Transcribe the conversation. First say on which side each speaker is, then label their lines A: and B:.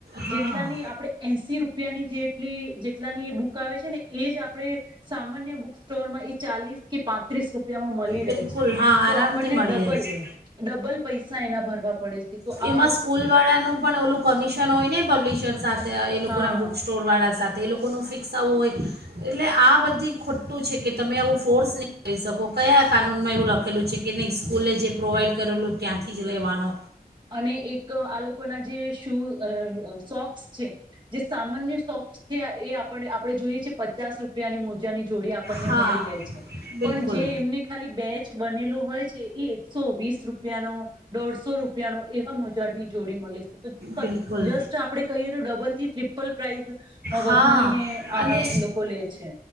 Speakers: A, on the right (about 85°); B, on the right (about 30°).
A: હા
B: જેટલાની આપણે એશ રૂપિયાની જે જેટ જેટલાની એ બુક આવે છે ને એ જ આપણે સામાન્ય બુક સ્ટોર માં એ ચાલીસ કે પાંત્રીસ રૂ મળી
A: બિલકુલ
B: રહે છે
A: હા આરામથી
B: તો આપણને
A: મળી
B: ડબલ
A: રહે છે
B: ડબલ પૈસા એના ભરવા પડે છે તો આ
A: એમાં સ્કૂલવાળાનું પણ ઓલું કમિશન હોય ને પબ્લિશરસ એ લોકો
B: હા
A: ના બુક સ્ટોર વાળા સાથે તે એ લોકોનું ફિક્સ આવવું હોય એટલે આ બધી ખોટું છે કે તમે આવું ફોર્સ નહીં કરી શકો કયા કાનૂનમાં એવું લખેલું છે કે નહીં સ્કૂલે જે પ્રોવાઈડ કરેલું ત્યાંથી જ લેવાનો
B: અને એક આ લોકો ના જે શુંઅ અ શોક જે સામાન્ય સોકસ છે એ આપ આપણે જોઈએ છે પચાસ રૂપિયાની મોજ ની જોડી આપણને
A: હા
B: મળી રહે છે
A: બિલકુલ
B: પણ જે એમને ખાલી બેચ બનેલો હોય છે એ એકસો વીસ રૂપિયાનોદોઢસો રૂપ એવા મોજાડની જોડી મળે છે ટો ફક
A: બિલકુલ
B: જસ્ટ આપણે કહી તો ડબલ થી ટ્રિપલ પ્રાઈઝ અ વધાવીને
A: હા
B: આ
A: અને
B: લોકો લે છે